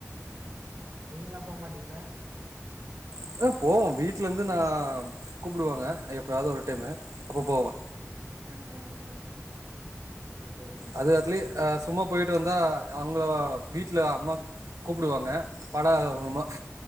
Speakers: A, on the right; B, on the right.
A: நீங்கல்லா போமாட்டீங்கில்ல
B: அத்தா போவே வீட்ல இருந்து நா கூப்புடுவாங்க எப்பயாது ஒரு டைமு அப்ப போவே
A: அ அ அ ஓக்கே ஓக்
B: அது அதுல்யே ஆ சும்மா போய்ட்டு வந்தா அவ்ங்கா வீட்ல அம்மாக் கூப்டுவாங்க பாடா அதுமா
A: ஆ ஆ